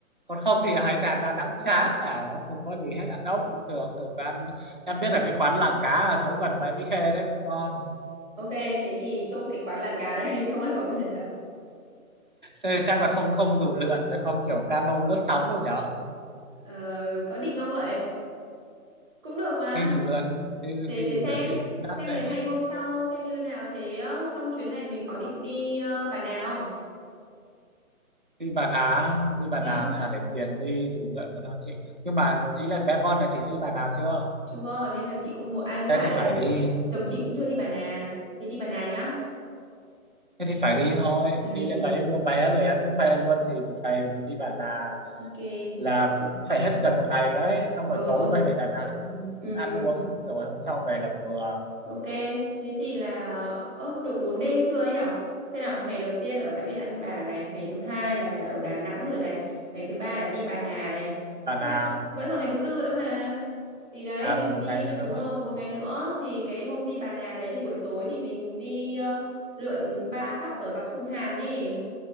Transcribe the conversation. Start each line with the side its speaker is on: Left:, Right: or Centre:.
Right: còn không
Centre: ừ.
Right: thì hải sản Đà Nẵng chán à không có gì hết ăn ốc cũng được Rồi và ăn em biết là cái quán làng cá ở chỗ gần bãi Mỹ Khê đấy cũng ngon
Centre: Ok, thế thì chốt cái quán làng gà đấy <laughs> không ăn bọ biển đâu.
Right: thế chắc là không không dù lượn rồi không kiểu cano lướt sóng luôn nhở
Centre: Ờ, có định không vậy? Cũng được mà.
Right: đi dù lượn đi dù-
Centre: Để
Right: đi
Centre: để
Right: dù lượn
Centre: xem,
Right: thì cũng đắt
Centre: xem
Right: đấy
Centre: mấy ngày hôm sau xem như nào thế ờ, trong chuyến này mình có định đi ờ, Bà Nà không
Right: đi Bà Nà đi Bà
Centre: nhá.
Right: Nà thà để tiền đi dù lượn còn hơn chị nhưng mà ý là bé con là chị đi Bà Nà chưa
Centre: Chưa, nên là chị cũng một ai với
Right: thế
Centre: cả
Right: thì
Centre: là
Right: phải đi
Centre: chồng chị cũng chưa đi Bà Nà. Thế đi Bà Nà nhá.
Right: thế thì phải đi thôi
Centre: Ừ
Right: đi
Centre: ừ.
Right: lên đấy mua vé rồi ăn buffet luôn thì một ngày mình đi Bà Nà
Centre: Ok.
Right: là cũng phải hết gần một ngày rồi đấy xong
Centre: Ừ.
Right: rồi tối quay về Đà Nẵng
Centre: Ừ,
Right: ăn uống rồi hôm sau về là vừa
Centre: Ok, thế thì là ơ được 4 đêm chưa ấy nhở? Xem nào, ngày đầu tiên là ở bãi biển An Bàng này, ngày thứ hai là ở Đà Nẵng rồi này, ngày thứ ba là đi Bà Nà này.
Right: là
Centre: Thế
Right: là
Centre: là vẫn còn ngày thứ tư nữa mà. Thì đấy
Right: à
Centre: mình
Right: còn một
Centre: đi
Right: ngày nữa đúng
Centre: đúng rồi,
Right: không
Centre: còn một ngày nữa thì cái hôm đi Bà Nà đấy thì buổi tối thì mình đi ờ, lượn ba pub ở dọc sông Hàn ấy,